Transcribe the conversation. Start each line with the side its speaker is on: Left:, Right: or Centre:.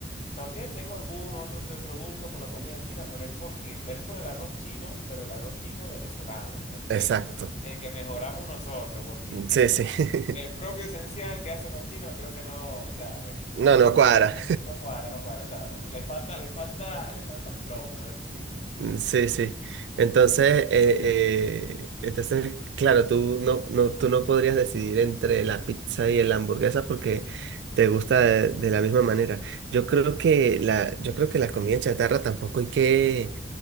Left: También tengo algún otro que otro gusto por la comida china, pero es porque, pero es por el arroz chino, pero el arroz chino venezolano, el que,
Right: exacto.
Left: el que mejoramos nosotros, porque
Right: Sí, sí. <laughs>
Left: el propio esencial que hacen los chinos, creo que no, o sea,
Right: No, no cuadra.
Left: no cuadra, no cuadra. O sea, no- le falta, le falta, le falta flow, como <laughs> decimos,
Right: Mm, Sí, sí. Entonces, eh, eh, entonces, claro, tú no, no, tú no podrías decidir entre la pizza y la hamburguesa porque te gusta de, de la misma manera. Yo creo que la, yo creo que la comida chatarra tampoco hay que,